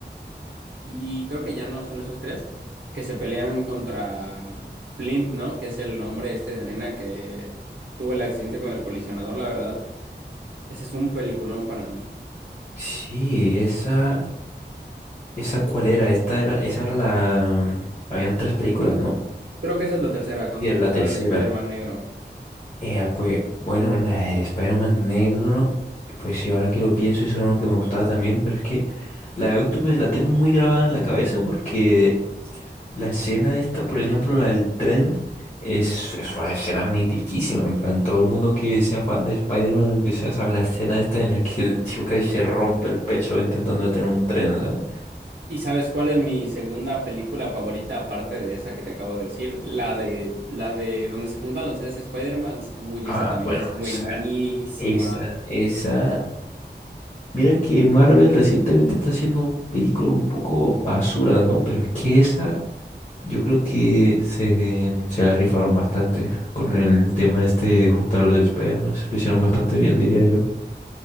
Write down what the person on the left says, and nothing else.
Sí, esa. ¿Esa cuál era? Esta era, esa era la. Habían tres películas, ¿no?
Y era la tercera.
Eh, pues, bueno, la de Spider-Man negro. Pues sí, ahora que lo pienso, eso era lo que me gustaba también. Pero es que la de Octopus la tengo muy grabada en la cabeza porque. La escena esta, por ejemplo, la del tren, es, es una escena mitiquísima. En plan, todo el mundo que sea fan de Spider-Man o lo que sea sabe la escena esta en la que el <laughs> tío casi se rompe el pecho intentando detener un tren. ¿sabes?
Ah,
bueno,
esa, esa, esa. Mira que Marvel recientemente está haciendo películas un poco basura, ¿no? Pero es que esa, yo creo que se, se la rifaron bastante con el tema este de juntar los Spider-Man. Se lo hicieron bastante bien, diría yo.